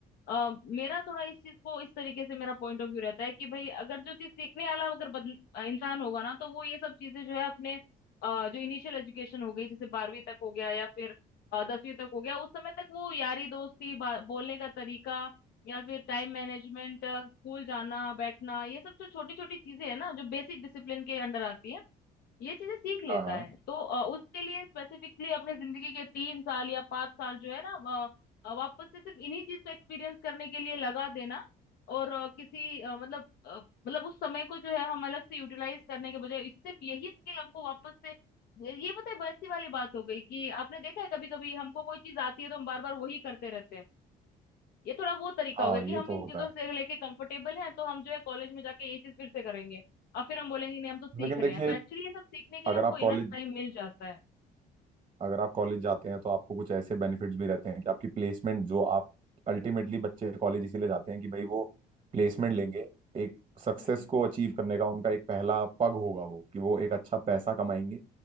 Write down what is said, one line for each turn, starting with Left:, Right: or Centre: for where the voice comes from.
Left: अ, मेरा थोड़ा इस चीज को इस तरीके से मेरा पॉइंट ऑफ व्यू रहता है कि भाई अगर जो चीज सीखने वाला अगर बदल, अ, इंसान होगा ना तो वो ये सब चीजें जो है अपने अ, जो इनिशियल एजुकेशन हो गई जैसे बारहवीं तक हो गया या फिर अ, दसवीं तक हो गया उस समय तक वो यारी दोस्ती बा- बोलने का तरीका या फिर टाइम मैनेजमेंट स्कूल जाना बैठना ये सब जो छोटी छोटी चीजें है ना जो बेसिक डिसिप्लिन के अंडर आती है ये चीजें सीख लेता
Right: हाँ हाँ
Left: है तो अ, उसके लिए स्पेसिफिकली अपने जिंदगी के तीन साल या पांच साल जो है ना अ, अ, वापस से सिर्फ इन्हीं चीज को एक्सपीरियंस करने के लिए लगा देना और अ, किसी अ, मतलब अ, मतलब उस समय को जो है हम अलग से यूटिलाइज करने के बजाय इस- सिर्फ यही स्किल हमको वापस से ये ये पता है वैसी वाली बात हो गई कि आपने देखा है कभी कभी हमको कोई चीज आती है तो हम बार बार वही करते रहते हैं ये थोड़ा वो तरीका
Right: हाँ
Left: हो गया कि
Right: ये
Left: हम
Right: तो
Left: इन
Right: होता
Left: चीजों
Right: है
Left: से लेके कंफर्टेबल हैं तो हम जो है कॉलेज में जाके ये चीज फिर से करेंगे और फिर हम बोलेंगे नहीं हम तो सीख
Right: लेकिन
Left: रहे
Right: देखिए
Left: हैं तो एक्चुअली ये सब सीखने के
Right: अगर
Left: लिए हमको
Right: आप
Left: इनफ
Right: कॉलेज
Left: टाइम मिल जाता है
Right: अगर आप कॉलेज जाते हैं तो आपको कुछ ऐसे बेनिफिट्स भी रहते हैं कि आपकी प्लेसमेंट जो आप अल्टीमेटली बच्चे कॉलेज इसीलिए जाते हैं कि भाई वो प्लेसमेंट लेंगे एक सक्सेस
Left: हम्म हम्म
Right: को अचीव करने का उनका एक पहला पग होगा वो कि वो एक अच्छा पैसा कमाएंगे